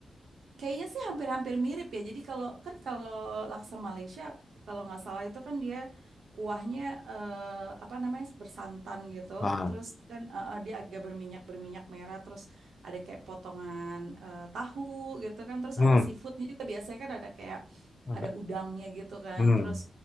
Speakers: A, on the right; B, on the left.
A: Kayaknya sih hampir-hampir mirip ya. Jadi kalau kan kalau laksa Malaysia kalau nggak salah itu kan dia kuahnya eh, apa namanya bersantan gitu.
B: Nah,
A: Terus kan eh, eh, dia agak berminyak berminyak merah. Terus ada kayak potongan eh, tahu gitu kan. Terus
B: hmm,
A: ada seafoodnya juga biasanya kan ada kayak
B: enggak.
A: ada udangnya gitu kan.
B: Hmm.
A: Terus